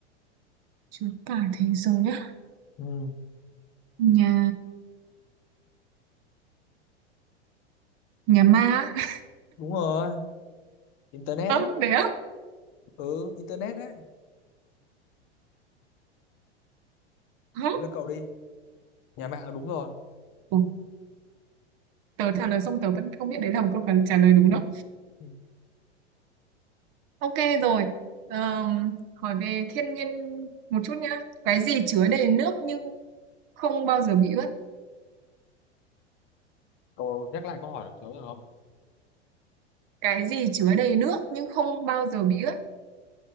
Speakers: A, on the right; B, on the left.
A: Chúa cả thế giới á
B: ừ,
A: nhà nhà ma á.
B: đúng rồi internet
A: không
B: đấy
A: đấy á
B: ừ internet đấy
A: hả
B: đấy là cậu đi nhà mạng là đúng rồi
A: Ủa, tớ trả lời xong tớ vẫn không biết đấy là một câu trả lời đúng đâu
B: Ừ.
A: ok rồi Ờm, hỏi về thiên nhiên một chút nhá cái gì chứa đầy nước nhưng không bao giờ bị ướt
B: cậu nhắc lại câu hỏi của tớ được không
A: cái gì chứa đầy nước nhưng không bao giờ bị ướt